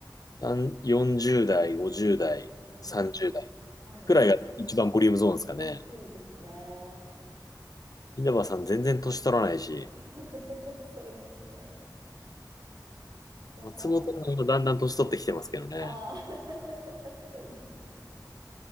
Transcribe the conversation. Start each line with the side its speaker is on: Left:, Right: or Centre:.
Left: さん40代、50代、
Right: うん
Left: 30代
Right: はい。はい
Left: くらいが一番ボリュームゾーンですかね。
Right: そうですね。
Left: 稲葉さん全然年取らないし、
Right: <laughs> そうですね。私、
Left: 松本さんがだんだん年取ってきてますけどね。
Right: あと、ああ、<laughs> そうですね。